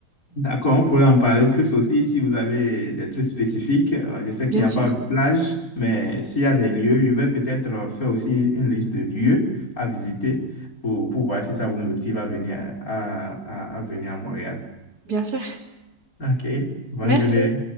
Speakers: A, on the left; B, on the right.
A: D'accord, on pourrait en parler plus aussi si vous avez des trucs spécifiques. Euh, Je sais qu'il
B: Bien
A: n'y a
B: sûr,
A: pas de plage, mais s'il y a des lieux, je vais peut-être euh, faire aussi une liste de lieux à visiter pour, pour voir si ça vous motive à venir à, à, à venir à Montréal.
B: bien sûr.
A: OK, bonne
B: Merci.
A: journée.